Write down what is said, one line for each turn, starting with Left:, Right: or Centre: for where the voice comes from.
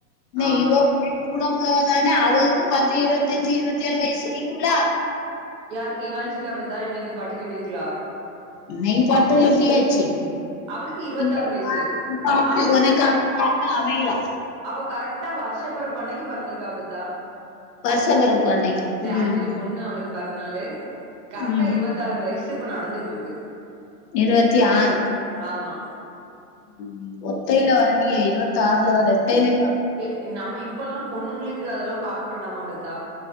Left: என்ன
Right: ஆமா
Left: இவ <inaudible> கூட உள்ளவ தான அவளுக்கு பத்து இருவத்தஞ்சு இருவத்தேழு வயசு இருக்கும்ல
Right: யாருக்கு இவான்சிக்கா பெத்தா இன்னக்கி பட்டு கெட்டிர்க்லா
Left: இன்னைக்கு பட்டு கட்டியாச்சி
Right: அவளுக்கு இருவத்தாறு
Left: <inaudible>
Right: வயசு அவளுக்கு
Left: ஒனக் <inaudible> அமைதா
Right: அவ கரெக்டா வருஷப்பெறப்பு அன்னைக்கு பெறந்திருக்கா பெத்தா
Left: வருஷ பிறப்பு அன்னைக்கு
Right: ஜேன்வரி
Left: உம்
Right: ஒண்ணு அவுளுக்கு பெறந்நாளு கரெக்ட்டா
Left: உம்
Right: இருவத் தாறு வயசு இப்ப நடந்துட்ருக்கு
Left: இருவத்தி ஆறு
Right: ஆமா
Left: ம் ஒத்தைல வருன்டி இருவத்தாருல வரா ரெட்டைல <inaudible>
Right: ன் நம்ம இப்பெல்லா பொண்ணுங்களுக்கு அதெல்லா பாக்க வேண்டாமா பெத்தா